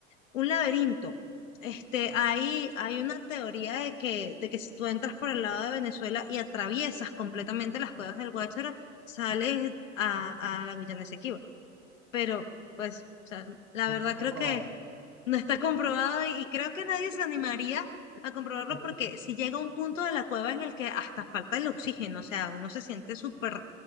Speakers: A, on the left (about 75°); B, on the right (about 65°).
A: un laberinto. Este, hay, hay una teoría de que, de que si tú entras por el lado de Venezuela y atraviesas completamente las cuevas del Guácharo, sales a, a la Guyana Esequiba. Pero, pues, o sea, la
B: No
A: verdad
B: está comprobado.
A: creo que no está comprobado y, y creo que nadie se animaría a comprobarlo
B: <laughs>
A: porque si llega un punto de la cueva en el que hasta falta el oxígeno, o sea, uno se siente súper